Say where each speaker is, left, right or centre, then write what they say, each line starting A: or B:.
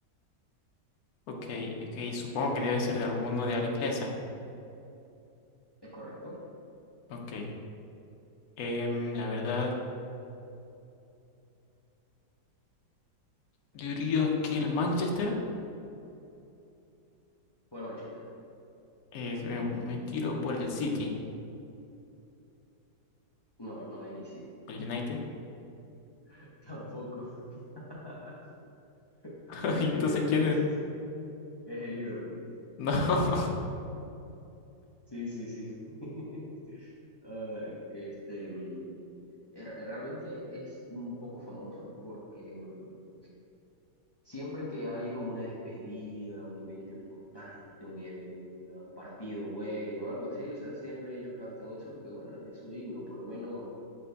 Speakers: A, on the left; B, on the left.
A: Ok, ok, supongo que debe ser de alguno de habla inglesa.
B: ¿Es correcto?
A: Ok, em, la verdad, diría que el Manchester,
B: ¿O el Manchester?
A: eh, me, me tiro por el City,
B: No, no es el City.
A: el United.
B: <laughs> Tampoco. <laughs>
A: <laughs>
B: Eh,
A: Entonces, ¿quién
B: es,
A: es?
B: es el Liverpool.
A: No, <laughs>
B: Sí, sí, sí. <laughs> Ay, este, mm, er- realmente es un poco famoso porque mm, siempre que hay como una despedida, un evento importante, un, eve- una- un partido bueno, algo así, o sea, siempre ellos cantan eso porque, bueno, es, es su himno. Por lo menos